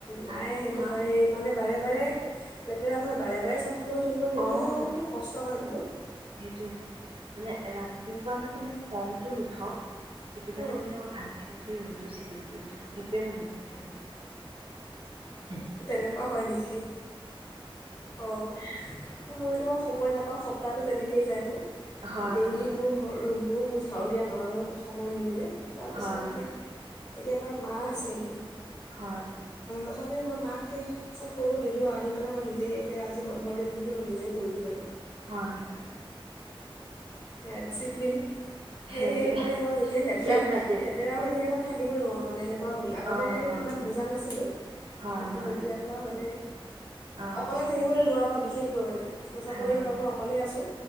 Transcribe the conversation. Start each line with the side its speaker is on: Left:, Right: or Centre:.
Right: ভাত
Left: নাই সেইটো
Right: খোৱা
Left: হয় মানে বাৰে বাৰে লেতেৰা হয়, বাৰে বাৰে চাফ চাফা কৰি থাকিব সেইটোতো
Right: অঁ
Left: কষ্ট হয় বহুত।
Right: সেইটোৱে মানে ৰাতিপুৱা যাতে মোক খংটো নু থওঁ। সেইটো
Left: অঁ
Right: কাৰণে মানে মই ভাত খাই উঠি সেই ৰুমটো চিজিল কৰি থওঁ, সেইটোৱে মোৰ বহুত টাইম যায়।
Left: তেনেকুৱা হয় নেকি? অ'। সময়টো বাৰু সময় নাপাওঁ সপ্তাহটো তেনেকৈয়ে যায় মোৰ।
Right: হয়
Left: ডেইলি
Right: হয়
Left: মোৰ ঘৰ ৰুম ৰুম ঝাৰু দিয়া নহয় <unintelligible> সময় নিমিলে। তাৰপিছত
Right: হয়
Left: এতিয়া
Right: হয়
Left: এতিয়া আমাৰ মা আছেহি।
Right: হয়।
Left: তথাপিও মই মাক সেই চব কৰিব নিদিওঁ আহি পেলাই মই নিজে এতিয়া আজি বন্ধৰ দিন বুলি মই নিজেই কৰিলোঁ বাৰু।
Right: হয় হয়।
Left: সেয়া
Right: তাকে
Left: ডিচিপ্লিন সেয়েহে
Right: সেইটোৱে
Left: মানে মই যেতিয়াই লেতেৰা
Right: সেইবিলাকেই
Left: লেতেৰা হৈ থাকে মই থাকিবই নোৱাৰোঁ মানে এনেকুৱা হ'ল আগতে
Right: অ', অ',
Left: ইমান বুজা নাছিলোঁ
Right: হয়,
Left: কিন্তু
Right: হয়,
Left: যেতিয়াৰ পৰা মানে
Right: অ',
Left: অকলে থাকিবলৈ লোৱাৰ পৰা বি শেষ কৰিব নোৱাৰি। মই চাকৰি
Right: হয়,
Left: হোৱাৰ পৰা অকলেই আছোঁ